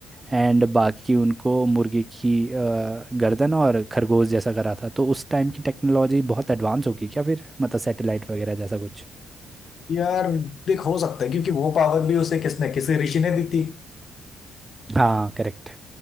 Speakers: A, on the right; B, on the left.
A: एंड बाकी उनको मुर्गी की अ, गर्दन और खरगोश जैसा करा था तो उस टाइम की टेक्नोलॉजी बहुत एडवांस होगी क्या फिर मतलब सैटेलाइट वगैरह जैसा कुछ
B: यार देख हो सकता है क्योंकि वो पावर भी उसे किसने किसी ऋषि ने दी थी
A: हाँ करेक्ट